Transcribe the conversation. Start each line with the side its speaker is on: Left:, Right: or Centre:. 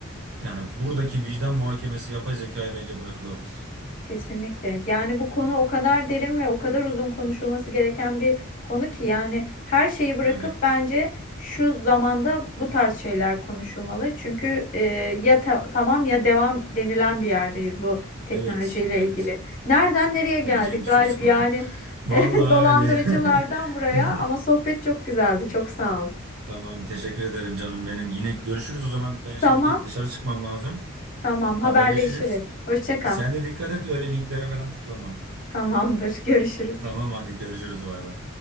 Right: Yani buradaki vicdan muhakemesi yapay zekaya bence bırakılamaz.
Left: Kesinlikle. Yani bu konu o kadar derin ve o kadar uzun konuşulması gereken bir konu ki yani her şeyi bırakıp
Right: Öyle.
Left: bence şu zamanda bu tarz şeyler konuşulmalı. Çünkü e, ya ta- tamam ya devam denilen bir yerdeyiz bu teknolojiyle
Right: Evet, evet.
Left: ilgili. Nereden nereye geldik
Right: Geleceğimiz
Left: Galip?
Right: çok sıkıntı.
Left: Yani <laughs>
Right: Vallahi
Left: e, dolandırıcılardan
Right: öyle. ya.
Left: buraya
Right: <laughs>
Left: ama sohbet çok güzeldi. Çok sağ ol.
Right: Tamam, teşekkür ederim canım benim. Yine görüşürüz o zaman. Ben şimdi
Left: Tamam,
Right: bir dışarı çıkmam lazım.
Left: tamam
Right: Haberleşiriz.
Left: haberleşiriz. Hoşça kal.
Right: Sen de dikkat et öyle linklere falan tıklama.
Left: Tamamdır. Görüşürüz.
Right: Tamam hadi görüşürüz bay bay.